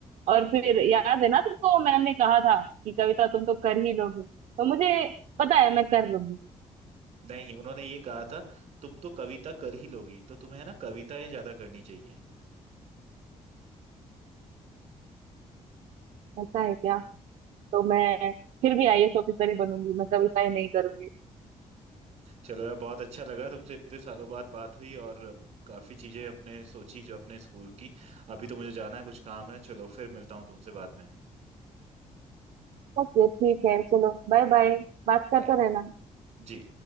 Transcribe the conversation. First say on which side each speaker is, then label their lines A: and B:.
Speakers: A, on the right; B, on the right.
A: और फिर याद है ना तुमको मैम ने कहा था कि कविता तुम तो कर ही लोगी तो मुझे पता है मैं कर लूंगी
B: नहीं उन्होंने ये कहा था तुम तो कविता कर ही लोगी तो तुम्हें है ना कविताएं ज्यादा करनी चाहिए
A: ऐसा है क्या तो मैं फिर भी आईएएस ऑफिसर ही बनूंगी मैं कविताएं नहीं करूंगी
B: चलो यार बहुत अच्छा लगा तुमसे इतने सालों बाद बात हुई और काफी चीजें हमने सोची जो अपने स्कूल की अभी तो मुझे जाना है कुछ काम है चलो फिर मिलता हूँ तुमसे बाद में
A: ओके ठीक है चलो बाय बाय बात
B: बाय
A: करते रहना
B: जी